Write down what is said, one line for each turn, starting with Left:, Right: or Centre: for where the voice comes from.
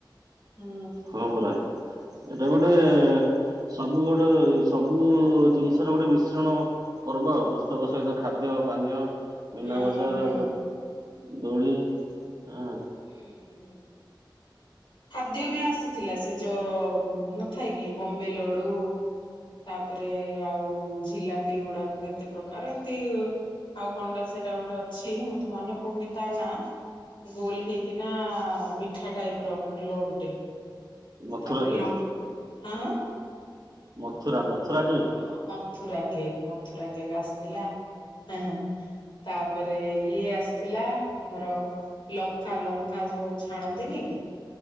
Left: ହୁଁ
Right: ହଁ, ପରା। ଏଟା ଗୋଟେ ସବୁ ଗୋଟେ ସବୁ ଜିନିଷର ଗୋଟେ ମିଶ୍ରଣ ପର୍ବ ଆଉ। ପୁସ୍ତକ ସହିତ ଖାଦ୍ୟ, ପାନୀୟ ମୀନା
Left: ହଁ
Right: ବଜାରରୁ
Left: ହଁ
Right: ଦୋଳି ହଁ।
Left: ହୁଁ, ହୁଁ। ଖାଦ୍ୟ ବି ଆସିଥିଲା, ସେ ଯୋଉ ନ ଥାଏ କି ବମ୍ବେ ଲଡୁ ତାପରେ ଆଉ ଝିଲାପିଗୁଡାକ କେତେ ପ୍ରକାର ଏମତି ଆଉ କଣଟା ସେଇଟା ଗୋଟେ ଅଛି, ମତେ ମନେ ପଡ଼ୁନି ତା ନାଁ ଗୋଲ ହେଇକିନା ଆ ମିଠା ଟାଇପର ଗୋଟେ ଲଡୁଟେ।
Right: ମଥୁରା
Left: ତାପରେ
Right: କେକ୍
Left: ଲଙ୍କ୍ ହାଁ ହାଁ।
Right: ମଥୁରା ମଥୁରା cake
Left: ହଁ, Mathura cake, Mathura cake ଆସିଥିଲା ଆ ହଁ। ତାପରେ ଇଏ ଆସିଥିଲା, ଆମର ଲଙ୍କା, ଲଙ୍କା ଯୋଉ ଛାଣନ୍ତିନି କି,